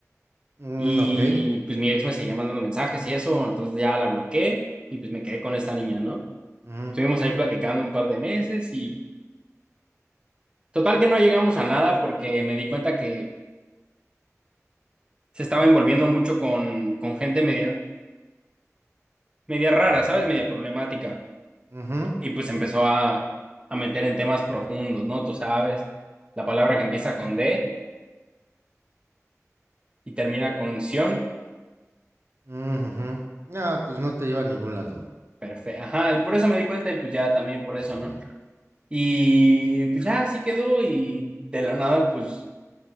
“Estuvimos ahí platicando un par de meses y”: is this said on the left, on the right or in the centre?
Right